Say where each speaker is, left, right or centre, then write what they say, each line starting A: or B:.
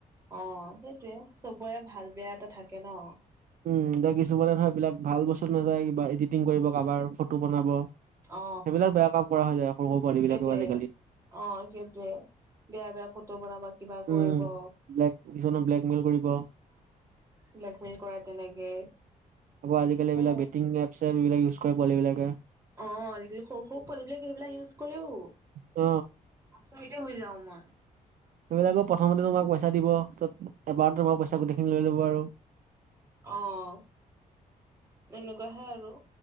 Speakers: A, on the right; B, on the right.
A: অ'! সেইটোৱে, চবৰে ভাল-বেয়া এটা থাকে ন'!
B: উম! এতিয়া কিছুমানে, ধৰা বিলাক, ভাল বস্তুত নাযায়, কিবা এডিটিং কৰিব, কাবাৰ। ফ টো বনাব। সেইবিলাক
A: অ
B: বেয়া কাম কৰা হৈ যায়, সৰু-সৰু পোৱালি
A: সেইটোৱে
B: বিলাকেও আজিকালি।
A: অ'! সেইটোৱে, বেয়া-বেয়া ফটো বনাব। কিবা
B: উম
A: কৰিব। অ'!
B: ব্লেক কিছুমানে ব্লেকমেইল কৰিব
A: ব্লেকমেইল কৰা। তেনেকে।
B: আকৌ, আজিকালি
A: হে
B: এইবিলাক, বেটিং এপছে, এইবিলাক ইউজ কৰে, পোৱালি বিলাকে।
A: অ'! আজিকালি, সৰু- সৰু পোৱালি বিলাকে ইউজ কৰেও।
B: অ
A: আচৰিতে হৈ যাওঁ মই।
B: সেইবিলাকো প্ৰথমতে তোমাক পইচা দিব, তাৰপিছত এবাৰ তোমাৰ পইচা গোটেইখিনি লৈ ল'ব আৰু',
A: অ', এনেকুৱাহে আৰু',